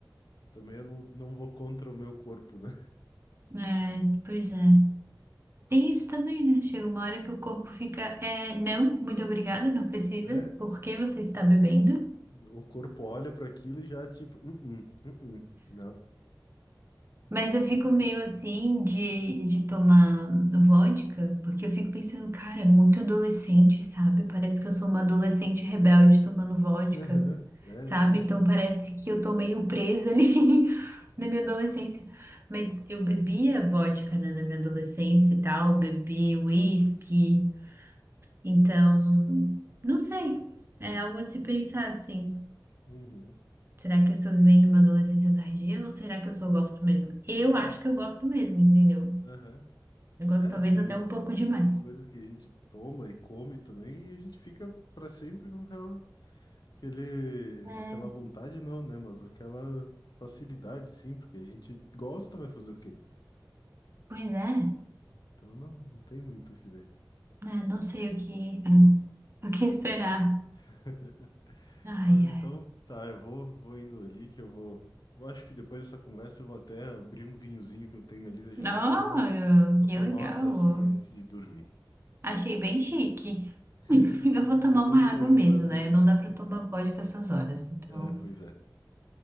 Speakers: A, on the left; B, on the right.
A: Também eu não, não vou contra o meu corpo, né?
B: É, pois é. Tem isso também, né? Chega uma hora que o corpo fica, é, não, muito obrigada, não precisa.
A: É,
B: Por que você está bebendo?
A: o corpo olha para aquilo e já tipo, uh-uh, uh-uh, não.
B: Mas
A: É,
B: eu fico
A: é bem
B: meio
A: assim.
B: assim de, de tomar vodka, porque eu fico pensando, cara, é muito adolescente, sabe? Parece que eu sou uma adolescente rebelde tomando vodka,
A: <laughs> Aham, é
B: sabe?
A: bem assim.
B: Então parece que eu tô meio presa ali <laughs> na minha adolescência. Mas eu bebia vodka, né, na minha adolescência e tal, bebi whisky, então, não sei. É algo a se pensar, assim.
A: Uhum.
B: Será que eu estou vivendo uma adolescência tardia ou será que eu só gosto mesmo? Eu
A: É,
B: acho que eu gosto mesmo, entendeu?
A: aham.
B: Eu gosto
A: É,
B: talvez
A: tem,
B: até um pouco demais.
A: tem coisas que a gente toma e come também e a gente fica para sempre com aquela, aquele,
B: É.
A: aquela vontade, não, né? Mas aquela facilidade, sim, porque a gente gosta, vai fazer o quê?
B: Pois é,
A: Então não, não tem muito o que ver.
B: né? Não sei o que, <laughs> o que esperar.
A: <laughs>
B: Ai,
A: Mas
B: ai.
A: então, tá, eu vou, vou indo ali que eu vou. Eu acho que depois dessa conversa eu vou até abrir um vinhozinho que eu tenho ali na geladeira,
B: Oh,
A: eu vou, vou
B: que
A: tomar
B: legal.
A: uma tacinha antes de dormir.
B: Achei bem chique.
A: <laughs>
B: <laughs> Eu vou tomar
A: É bom
B: uma
A: que
B: água
A: ajuda
B: mesmo,
A: a dormir.
B: né? Não dá pra tomar vodka essas horas. Então,
A: É, pois é.